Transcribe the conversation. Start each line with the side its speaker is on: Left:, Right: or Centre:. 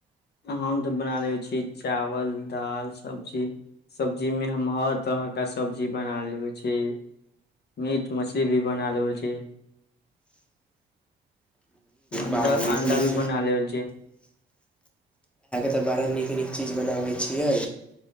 Left: हम तऽ बना ले छी चावल दालि सब्जी सब्जीमे हम हर तरहके सब्जी बना लेबै छी मीट मछली भी बना लेबै छी। अं्डा
Centre: बड़ा नीक
Left: अं्डा
Centre: नीक
Left: भी बना लेल छै।
Centre: त बड़ा नीक नीक चीज बनाबैत छीऐ।